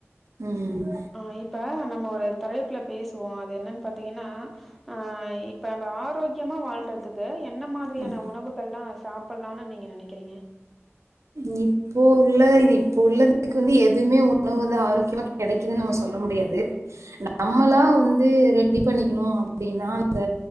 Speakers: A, on the right; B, in the centre.
A: ம்
B: ஆ இப்ப நம்ம ஒரு தலைப்புல பேசுவோ அது என்னன் பாத்தீங்கன்னா ஆ இப்ப நம்ப ஆரோக்கியமா வாழ்றதுக்கு என்ன மாதிரியான
A: ம்.
B: உணவுகல்லா சாப் ப்பலானு நீங்க நெனைக்கிறீங்க
A: நீப் இப்போ உள்ள இது இப்போ உள்ளதுக்கு வந்து எதுவ்மே உணவு வந்து ஆரோக்கியமா கெடைக்குதுன்னு நம்ம சொல்ல முடியாது நம்மளா வந்து ரெடி பண்ணிக்கினு அப்டின்னா அந்த